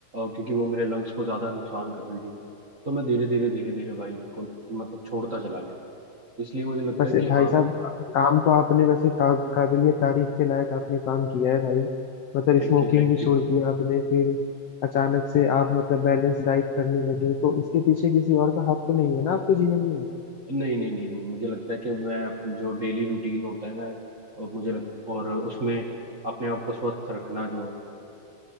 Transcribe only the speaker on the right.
क्योंकि वो मेरे लंग्स को ज्यादा नुकसान कर रही थी तो मैं धीरे धीरे धीरे धीरे भाई उसको मतलब छोड़ता चला गया इसलिए मुझे लगता
है कि
हाँ
Thank
you thank
you
नहीं नहीं नहीं नहीं मुझे लगता है कि मैं जो डेली रूटीन होता है मैं और मुझे लग, और उसमें अपने आप को स्वस्थ रखना जो